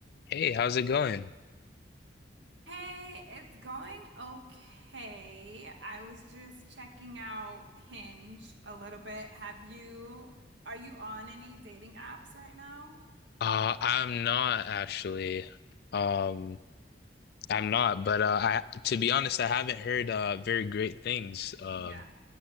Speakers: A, on the left (about 60°); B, on the right (about 85°).
A: Hey, how's it going?
B: Hey, it's going okay. I was just checking out Hinge a little bit. Have you, are you on any dating apps right now?
A: Uh, I'm not actually. Um, I'm not, but uh, I to be honest, I haven't heard uh very great things. Um,
B: Yeah.